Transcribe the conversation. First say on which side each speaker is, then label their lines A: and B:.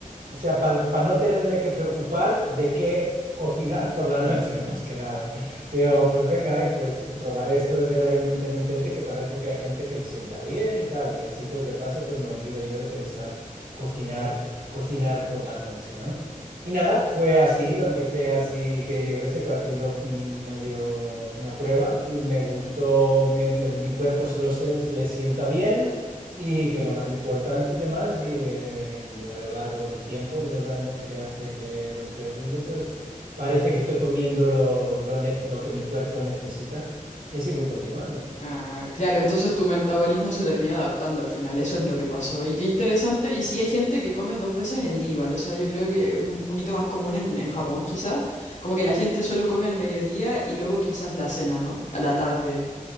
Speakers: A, on the right; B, on the left.
A: O sea, para no tenerme que preocupar de qué cocinar por la noche, <laughs> más que nada. Digo, pues venga, ay, pues probaré esto del ayuno intermitente que parece que hay gente que le sienta bien y tal. Y así pues de paso pues me olvido yo de pensar cocinar, cocinar por la noche, ¿no? Y nada, fue así, lo empecé así que yo qué sé, haciendo mm, medio una prueba y me gustó, me- me- mi cuerpo se lo se- le sienta bien. Y que lo más importante, además, y, eh, y a lo largo del tiempo, de los años que hace que lo estoy haciendo, pues parece que estoy comiendo lo, lo, nece- lo que mi cuerpo necesita y así voy continuando.
B: Ah, claro, entonces tu metabolismo se termina adaptando al final, eso es lo que pasó. Y qué interesante, y sí hay gente que come dos veces en el día igual, o sea, yo creo que es un poquito más común en, en Japón quizás, como que la gente solo come al mediodía y luego quizás la cena, ¿no? A la tarde.